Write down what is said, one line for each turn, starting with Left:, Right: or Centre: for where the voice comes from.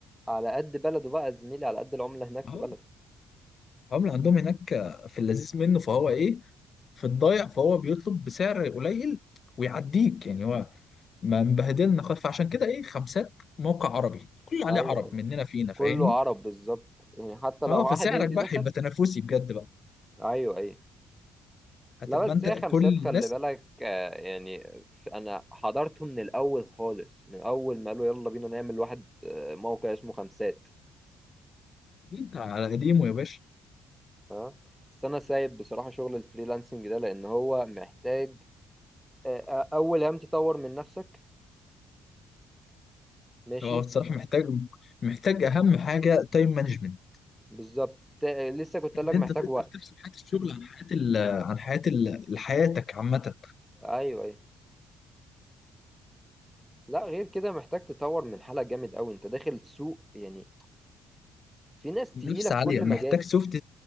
Centre: على قد بلده بقى يا زميلي على قد العمله هناك
Left: اه
Centre: في بلده
Left: هم عندهم هناك في اللذيذ منه فهو ايه في الضايع فهو بيطلب بسعر قليل ويعديك يعني هو ما مبهدلنا خالص فعشان كده ايه خمسات موقع عربي كله عليه
Centre: ايوه
Left: عرب
Centre: ايوه
Left: مننا فينا
Centre: كله
Left: فاهمني
Centre: عرب بالظبط يعني حتى لو
Left: اه فسعرك
Centre: واحد هندي
Left: بقى
Centre: دخل
Left: هيبقى تنافسي بجد بقى
Centre: ايوه ايوه
Left: هتبقى
Centre: لا بس
Left: انت
Centre: هي خمسات
Left: كل
Centre: خلي
Left: الناس
Centre: بالك آه، يعني ف- انا حضرته من الاول خالص من اول ما قالوا يلا بينا نعمل واحد آه، موقع اسمه خمسات
Left: انت على قديمه يا باشا
Centre: ها بس انا سايب بصراحة شغل الفريلانسنج ده لان هو محتاج آه، آه، اول هم تطور من نفسك ماشي
Left: هو الصراحه محتاج محتاج اهم حاجه تايم مانجمنت
Centre: بالظبط تا- لسه كنت قايل
Left: ان
Centre: لك
Left: انت
Centre: محتاج
Left: تقدر
Centre: وقت
Left: تفصل حياه الشغل عن حياه ال... عن حياه ال... حياتك عامه
Centre: ايوه ايوه لا غير كده محتاج تطور من حالك جامد قوي انت داخل سوق يعني في ناس
Left: منافسه
Centre: تقيلة في
Left: عاليه
Centre: كل
Left: محتاج
Centre: مجال
Left: سوفت